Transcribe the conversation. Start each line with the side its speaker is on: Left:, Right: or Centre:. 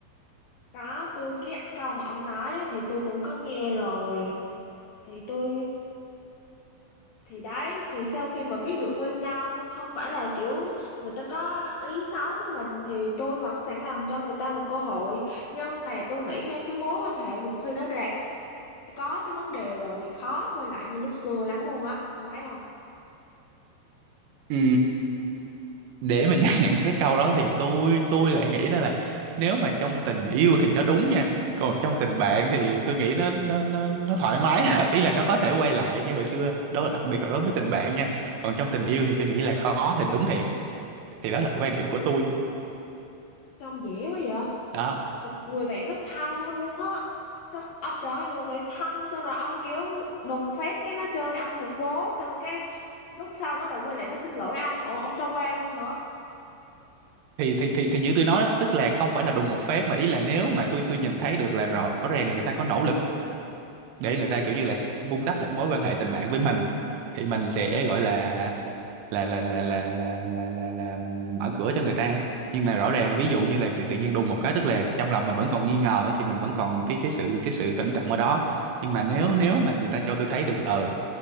Left: Có tôi cái câu mà ông nói á, thì tôi cũng có nghe rồi. Thì tôi thì đấy thì sau khi mà biết được nguyên nhân không phải là kiểu người ta có ý xấu với mình thì tôi vẫn sẵn làm cho người ta một cơ hội. Nhưng mà tôi nghĩ nha cái mối quan hệ một khi nó đã có cái vấn đề rồi thì khó quay lại như lúc xưa lắm luôn á. Ông thấy không?
Right: ừ để mà <laughs> nhận xét câu đó thì tôi tôi lại nghĩ đó là nếu mà trong tình yêu thì nó đúng nha còn trong tình bạn thì tôi nghĩ nó nó nó nó thoải mái <laughs> ý là nó có thể quay lại như hồi xưa đó là đặc biệt là đối với tình bạn nha còn trong tình yêu thì tôi nghĩ là khó thì đúng thiệt thì đó là quan điểm của tôi
Left: Sao ông dễ quá vậy?
Right: đó
Left: một người bạn rất thân luôn á xong ông trời ơi người bạn thân xong rồi ông kiểu đùng phát cái nó chơi ông một vố xong rồi cái lúc sau nó lại quay lại nó xin lỗi ông ủa ông cho qua luôn hả
Right: thì thì thì thì như tôi nói đó, tức là không phải là đùng một phát mà ý là nếu mà tôi tôi nhìn thấy được là rõ ràng là người ta có nỗ lực để người ta kiểu như là vun đắp lại cái mối quan hệ tình bạn với mình thì mình sẽ gọi là là là là là là là là, là mở cửa cho người ta nhưng mà rõ ràng ví dụ như là tự tự nhiên đùng một cái tức là trong lòng mình vẫn còn nghi ngờ á, thì mình vẫn còn cái cái sự cái sự cẩn trọng ở đó nhưng mà nếu nếu mà người ta cho tôi thấy được ờ